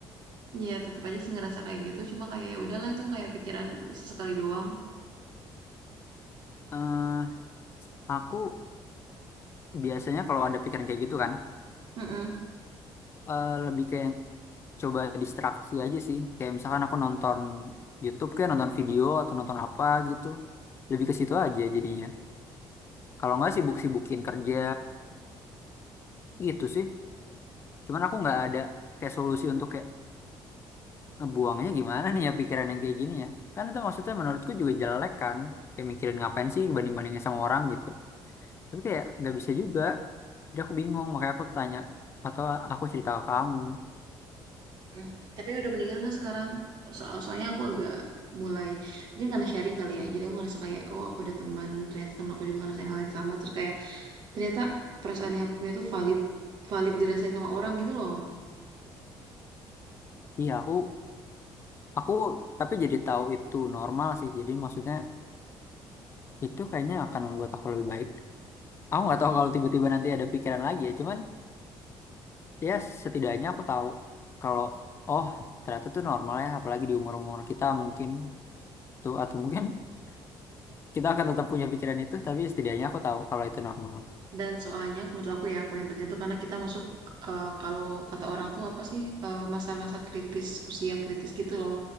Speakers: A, on the right (about 55°); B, on the left (about 30°).
A: ya tetap aja sih ngerasa kayak gitu. Cuma kayak ya udahlah itu kayak pikiran sesekali doang.
B: eh aku biasanya kalau ada pikiran kayak gitu kan,
A: Mm-mm.
B: eh, lebih kayak coba distraksi aja sih. Kayak misalkan aku nonton YouTube kayak nonton video atau nonton apa gitu. Lebih ke situ aja jadinya. Kalau nggak sibuk-sibukin kerja gitu sih. Cuman aku nggak ada kayak solusi untuk kayak ngebuangnya gimana nih ya pikiran yang kayak gini ya. Kan itu maksudnya menurutku juga jelek kan. Kayak mikirin ngapain sih banding-bandingnya sama orang gitu. Tapi kayak nggak bisa juga. Jadi aku bingung, makanya aku tanya atau aku cerita ke kamu.
A: Hmm, Tapi udah mendingan kan sekarang so soalnya aku agak mulai mungkin karena sharing kali ya jadi aku ngerasa kayak oh aku ada teman ternyata teman aku juga ngerasain hal yang sama terus kayak ternyata perasaan yang aku punya tuh valid valid dirasain sama orang gitu loh
B: Iya, aku Aku tapi jadi tahu itu normal sih. Jadi maksudnya itu kayaknya akan membuat aku lebih baik. Aku nggak tahu kalau tiba-tiba nanti ada pikiran lagi ya. Cuman ya setidaknya aku tahu kalau oh ternyata itu normal ya. Apalagi di umur-umur kita mungkin tuh atau mungkin <laughs> kita akan tetap punya pikiran itu. Tapi setidaknya aku tahu kalau itu normal.
A: dan soalnya menurut aku ya poin penting itu karena kita masuk eh, kalau kata orang tuh apa sih eh, masa-masa kritis usia kritis gitu loh